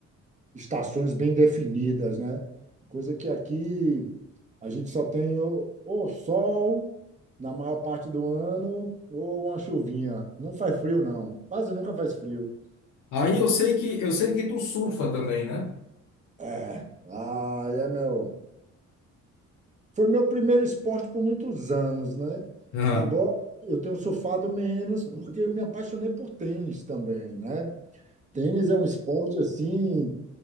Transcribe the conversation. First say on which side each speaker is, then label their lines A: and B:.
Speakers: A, on the right (about 25°); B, on the left (about 80°).
A: estações bem definidas, né? Coisa que aqui a gente só tem ou, ou sol na maior parte do ano ou uma chuvinha. Não faz frio, não. Quase nunca faz frio.
B: Aí eu sei que eu sei que tu surfa também, né?
A: É. Ah, é meu. Foi meu primeiro esporte por muitos anos, né?
B: Aham,
A: Agora eu tenho surfado menos porque eu me apaixonei por tênis também, né? Tênis é um esporte assim